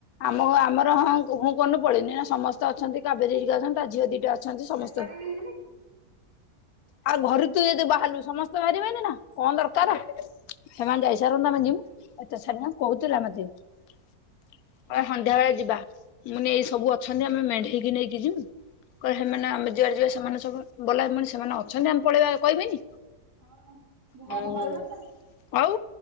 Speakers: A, on the left (about 75°); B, on the right (about 80°).
A: ଆମ କୁ ଆମର ହଁ ହୁଁ କନୁ ପଳେଇନି ଏଇନା ସମସ୍ତେ ଅଛନ୍ତି କାବେରୀ ହେରିକା ଅଛନ୍ତି। ତା ଝିଅ ଦିଟା ଅଛନ୍ତି ସମସ୍ତେ
B: ସେମାନେ ବି ଯିବେ କି?
A: ଆଉ ଘରୁ ତୁ ଯଦି ବାହାରିଲୁ ସମସ୍ତେ ବାହାରିବେନି ନା କଣ ଦରକାର। ହେମାନେ ଯାଇସାରନ୍ତୁ ଆମେ ଜିମୁ ଏତେ ଛାନିଆ କହୁଥିଲା ମତେ କହିଲା ସନ୍ଧ୍ୟାବେଳେ ଯିବା। ମୁଁ କହିନି ଏଇ ସବୁ ଅଛନ୍ତି ଆମେ ମେଣ୍ଢେଇକି ନେଇକି ଯିମୁ କହିବେ ହେମାନେ ଆମେ ଯୁଆଡେ ଯିବା ସେମାନେ ସବୁ ବଲା ସେମାନେ ଅଛନ୍ତି ଆମେ ପଳେଇବା କହିବେନି।
B: ହଁ ଯାହାହେଲେ
A: ହୁଁ
B: କହିବେ ନା
A: ଆଉ